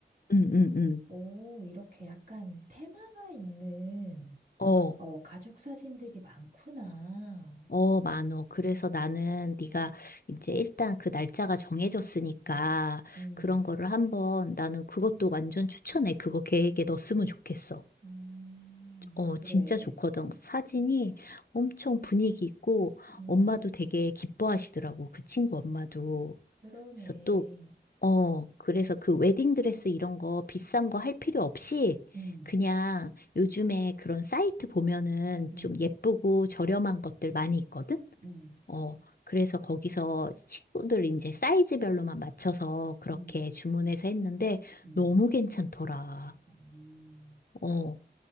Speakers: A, on the left; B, on the right.
A: 응, 응, 응.
B: 오, 이렇게 약간 테마가 있는
A: 어.
B: 어, 가족 사진들이 많구나.
A: 어, 많어. 그래서 나는 네가 이제 일단 그 날짜가 정해졌으니까
B: 음,
A: 그런 거를 한번 나는 그것도 완전 추천해. 그거 계획에 넣었으면 좋겠어.
B: 음,
A: 어,
B: 그래.
A: 진짜 좋거든. 사진이 엄청 분위기 있고
B: 음,
A: 엄마도 되게 기뻐하시더라고. 그 친구 엄마도.
B: 그러네.
A: 그래서 또 어, 그래서 그 웨딩드레스 이런 거 비싼 거 할 필요 없이
B: 음,
A: 그냥 요즘에 그런 사이트 보면은
B: 음,
A: 좀 예쁘고 저렴한 것들 많이 있거든?
B: 음.
A: 어, 그래서 거기서 식구들 이제 사이즈별로만 맞춰서 그렇게
B: 음.
A: 주문해서 했는데
B: 음.
A: 너무 괜찮더라.
B: 음.
A: 어,